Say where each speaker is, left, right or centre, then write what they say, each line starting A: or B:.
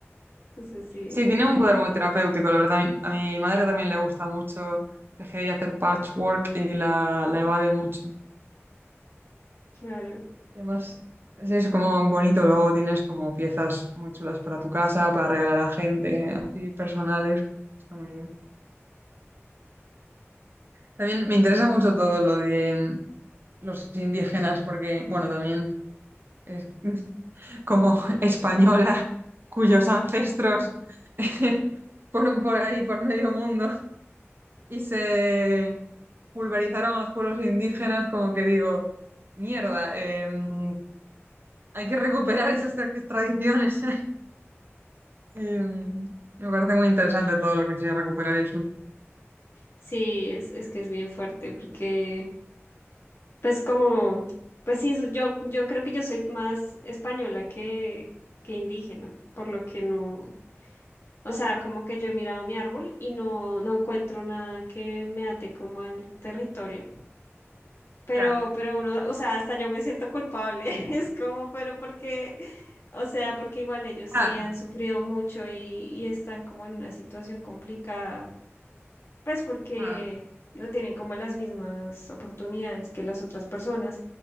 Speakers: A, on the left (about 60°); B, on the right (about 50°).
A: Entonces sí,
B: Sí, tiene un poder muy terapéutico, la verdad. A mi, a mi madre también le gusta mucho tejer y hacer patchwork y la, la evade mucho.
A: claro.
B: Y además, sí, es como un bonito, luego tienes como piezas muy chulas para tu casa, para regalar a gente, así personales. Está muy bien. También me interesa mucho todo lo de mm, los indígenas, porque, bueno, también es <laughs> como española, cuyos ancestros <laughs> fueron por ahí, por medio mundo, y se pulverizaron a los pueblos indígenas, como que digo, mierda, em, hay que recuperar esas tra- tradiciones. <laughs> Y, mm, me parece muy interesante todo lo que sea recuperar eso.
A: Sí, es, es que es bien fuerte porque pues como, pues sí, su- yo, yo creo que yo soy más española que, que indígena, por lo que no, o sea, como que yo he mirado mi árbol y no, no encuentro nada que me ate como al territorio. Pero,
B: Ya,
A: pero uno, o sea, hasta yo me siento culpable. <laughs> Es como, pero porque, o sea, porque igual ellos
B: claro.
A: sí han sufrido mucho y, y están como en una situación complicada, pues porque
B: Ah,
A: no tienen como las mismas oportunidades que las otras personas